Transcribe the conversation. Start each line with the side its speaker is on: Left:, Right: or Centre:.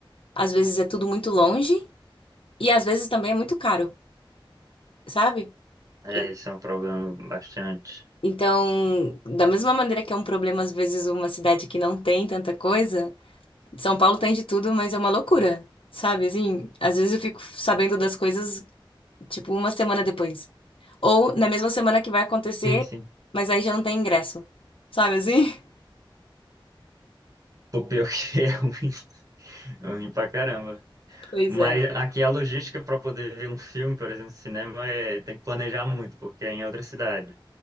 Left: às vezes é tudo muito longe e às vezes também é muito caro, sabe?
Right: é,
Left: E-
Right: isso é um problema bastante.
Left: Então, da mesma maneira que é um problema às vezes uma cidade que não tem tanta coisa, São Paulo tem de tudo, mas é uma loucura, sabe? Assim, às vezes eu fico sabendo das coisas tipo uma semana depois. Ou na mesma semana que vai acontecer,
Right: Sim, sim.
Left: mas aí já não tem ingresso. Sabe assim?
Right: O pior <laughs> que é ruim, é ruim pra caramba.
Left: Pois
Right: Mas
Left: é.
Right: aqui a logística pra poder ver um filme, por exemplo, cinema, é, tem que planejar muito, porque é em outra cidade.